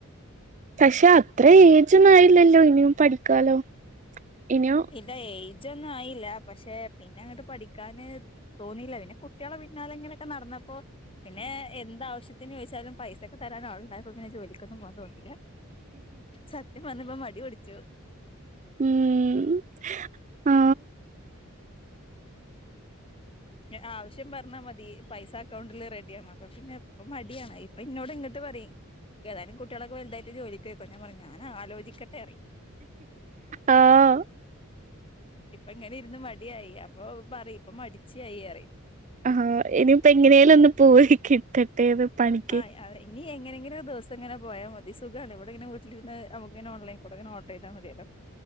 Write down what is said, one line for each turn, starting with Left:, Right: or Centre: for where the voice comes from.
Right: പക്ഷെ അത്ര ഏജ് ഒന്നും ആയില്ലല്ലോ ഇനിയും പഠിക്കാലോ ഇനിയും.
Left: ഇല്ല ഏജ് ഒന്നും ആയില്ല പക്ഷെ പിന്നെ അങ്ങോട്ട് പഠിക്കാന് തോന്നില്ല പിന്നെ കുട്ടികളെ പിന്നാലെങ്ങനെയൊക്കെ നടന്നപ്പോ പിന്നെ എന്താവശ്യത്തിനു ചോദിച്ചാലും പൈസൊക്കെ തരാൻ ആൾ ഉണ്ടായോണ്ട് പിന്നെ ജോലിക്കൊന്നും പോകൻ തോന്നില്ല. സത്യം പറഞ്ഞാപ്പൊ മടിപിടിച്ചു.
Right: ഉം ആ
Left: ആവശ്യം പറഞ്ഞാ മതി പൈസ അക്കൗണ്ടിൽ റെഡിയ അപ്പൊ പിന്നെ. അപ്പൊ മടിയാണ് ഇപ്പൊ ഇന്നോട് ഇങ്ങോട്ട് പറയും. ഏതായാലും കുട്ടികളക്കെ വലതായിട്ട് ജോലിക്ക് പൊയ് ക്കോ ഞാൻ പറയും ഞൻ ആലോചിക്കട്ടെ പറയും.
Right: ആഹ.
Left: ഇപ്പ ഇങ്ങനെ ഇരുന്ന് മടിയായി അപ്പൊ പറ ഇപ്പൊ മടിച്ചിയായി പറയും.
Right: ആഹ ഇനിയിപ്പോ എങ്ങനെയാലും ഒന്ന് പോയി കിട്ടട്ടെ പണിക്ക്.
Left: ആഹ് അതെ ഇനി എങ്ങനെങ്ങനെ ദിവസം ങ്ങനെ പോയാ മതി സുഗാണ് ഇവിടെങ്ങനെ. വട്ടിലിരുന്ന് നമുക്ക് ഇങ്ങെനെ ഓൺലൈൻ കൂടെങ്ങനെ ഓർഡർ ചെയ്താൽ മതിയല്ലോ.